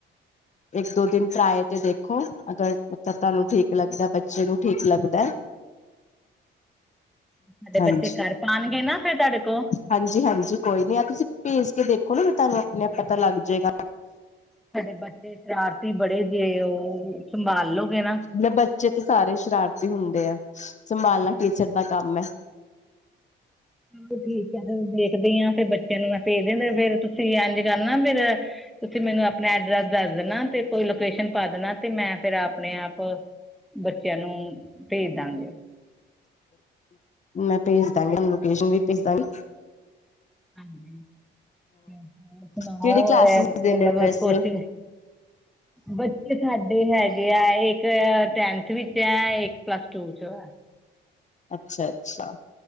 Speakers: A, on the left; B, in the centre.
A: ਇੱਕ ਦੋ ਦਿਨ ਟਰਾਇ ਤੇ ਦੇਖੋ ਅਗਰ ਤਾ ਨੂੰ ਠੀਕ ਲੱਗਦਾ ਬੱਚੇ ਨੂੰ ਠੀਕ ਲੱਗਦਾ।
B: ਸਾਡੇ
A: ਹਾਂਜੀ,
B: ਬੱਚੇ ਘਰ ਪਾਂਣਗੇ ਨਾ ਫੇਰ ਤੁਹਾਡੇ ਕੋਲ
A: ਹਾਂਜੀ ਹਾਂਜੀ ਕੋਈ ਨੀ ਆ ਤੁਸੀਂ ਭੇਜ ਕੇ ਦੇਖੋ ਨਾ ਵੀ ਤੁਹਾਨੂੰ ਆਪਣੇ ਆਪ ਪਤਾ ਲੱਗ ਜਾਏਗਾ।
B: ਸਾਡੇ ਬੱਚੇ ਸ਼ਰਾਰਤੀ ਬੜੇ ਜੇ ਉਹ ਸੰਭਾਲੋਗੇ ਨਾ।
A: ਜ ਬੱਚੇ ਤੇ ਸਾਰੇ ਸ਼ਰਾਰਤੀ ਹੁੰਦੇ ਆ ਸੰਭਾਲਣਾ ਟੀਚਰ ਦਾ ਕੰਮ ਹੈ।
B: ਚ ਠੀਕ ਆ ਫ ਦੇਖਦੀ ਆ ਫਿਰ ਬੱਚੇ ਨੂੰ ਮੈਂ ਭੇਜ ਦ ਫਰ ਤੁਸੀਂ ਇੰਜ ਕਰਨਾ ਫੇਰ ਤੁਸੀਂ ਮੈਨੂੰ ਆਪਣਾ ਐਡਰੈਸ ਦੱਸ ਦੇਣਾ ਤੇ ਕੋਈ ਲੋਕੇਸ਼ਨ ਪਾ ਦੇਣਾ ਤੇ ਮੈਂ ਫੇਰ ਆਪਣੇ ਆਪ ਬੱਚਿਆਂ ਨੂੰ ਭੇਜ ਦਾਂਗੇ।
A: ਮੈਂ ਭੇਜ ਦਾਂਗੀ ਮੈਂ ਲੋਕੇਸ਼ਨ ਵੀ ਭੇਜ ਦਾਂਗੀ।
B: ਹ ਸੁਣਾਓ
A: ਕਿਹੜੀ ਕਲਾਸਿਸ ਦੇ
B: ਮਤਲਬ
A: ਨੇ ਵੈਸੇ
B: ਕੋਚਿੰਗ <inaudible> ਬ ਸਾਡੇ ਹੈਗੇ ਆ ਇੱਕ ਟੇਂਥ ਵਿੱਚ ਹੈ ਇੱਕ ਪਲੱਸ ਟੂ ਚ ਆ।
A: ਅੱਛਾ ਅੱਛਾ।